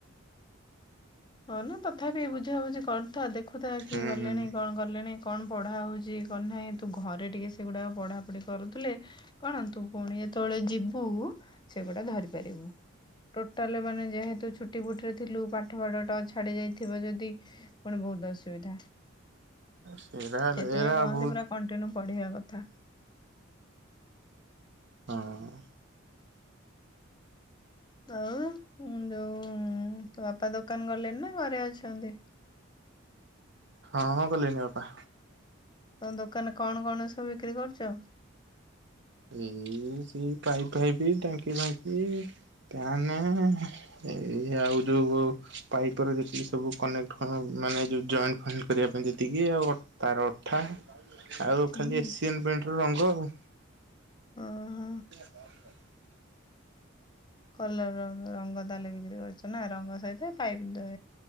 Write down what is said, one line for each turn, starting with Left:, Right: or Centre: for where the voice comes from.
Left: ହଉ ନା ତଥାପି ବୁଝାବୁଝି କରୁଥା ଦେଖୁଥା
Right: ହୁଁ
Left: କିଏ ଗଲେଣି କଣ ଗଲେଣି କଣ ପଢ଼ା ହଉଚି କଣ ନାହିଁ ତୁ ଘରେ ଟିକିେ ସେଗୁଡ଼ାକ ପଢ଼ାପଢ଼ି କରୁଥିଲେ କଣ ତୁ ପୁଣି ଯେତବେଳେ ଯିବୁ ସେଗୁଡା ଧରି ପାରିବୁ। ଟୋଟାଲି ମାନେ ଯେହେତୁ ଛୁଟି ବୁଟିରେ ଥିଲୁ ପାଠପଢା ଟଚ୍ ଛାଡ଼ି ଯାଇଥିବ ଯଦି ପୁଣି ବହୁତ୍ ଅସୁବିଧା।
Right: ସେରା
Left: ସେଥିପାଇଁ
Right: ଏରା
Left: କୁହନ୍ତି
Right: ବହୁତ
Left: ପୁରା କଣ୍ଟିନ୍ୟୁ ପଢିବା କଥା।
Right: ହଁ।
Left: ଆଉ ଯୋଉ ତୋ ବାପା ଦୋକାନ୍ ଗଲେଣି ନା ଘରେ ଅଛନ୍ତି?
Right: ହଁ ଗଲେଣିି ବାପା।
Left: ତମ ଦୋକାନରେ କଣ-କଣ ସବୁ ବିକ୍ରି କରୁଚ?
Right: ଉ ସେଇ ପାଇପ୍ ଫାଇପ୍ ଟାଙ୍କି ଫାଙ୍କି ଫ୍ୟାନ୍ ଏଇ ଆଉ ଯୋଉ ପାଇପ୍ ର ଯେତିକି ସବୁ କନେକ୍ଟ ମାନେ ଜଏଣ୍ଟ ଫଏଣ୍ଟ କରିବା ପାଇଁ ଯେତିକି ଆଉ ତାର <unintelligible>
Left: ହୁଁ।
Right: ଖାଲି ଏସିଆନ୍ ପେଣ୍ଟର ରଙ୍ଗ ଆଉ।
Left: ହୁଁ-ହୁଁ।
Right: <inaudible>
Left: କଲର ର ରଙ୍ଗ ତାଲେ ବିକ୍ରି କରୁଚ ନା ରଙ୍ଗ ସହିତ ପାଇପ ଦେ